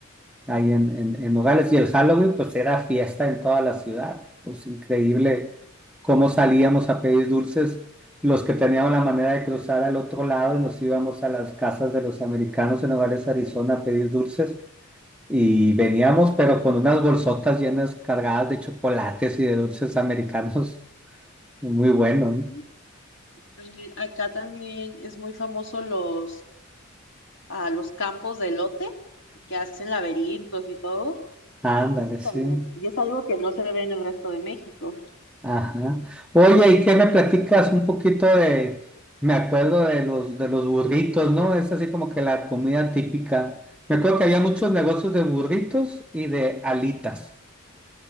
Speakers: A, in the centre; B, on the left.
A: ahí en, en, en Nogales. Y el Halloween, pues era fiesta en toda la ciudad. Pues increíble cómo salíamos a pedir dulces. Los que teníamos la manera de cruzar al otro lado y nos íbamos a las casas de los americanos en Nogales, Arizona, a pedir dulces. Y veníamos, pero con unas bolsotas llenas, cargadas de chocolates y de dulces americanos. <laughs> Muy bueno,
B: Sí,
A: ¿no?
B: también- acá también es muy famoso los, ah, los campos de elote que hacen laberintos y todo.
A: Ándale,
B: Eso
A: sí.
B: también, y es algo que no se ve en el resto de México.
A: Ajá. Oye, ¿y qué me platicas un poquito de, me acuerdo de los, de los burritos, ¿no? Es así como que la comida típica. Me acuerdo que había muchos negocios de burritos y de alitas.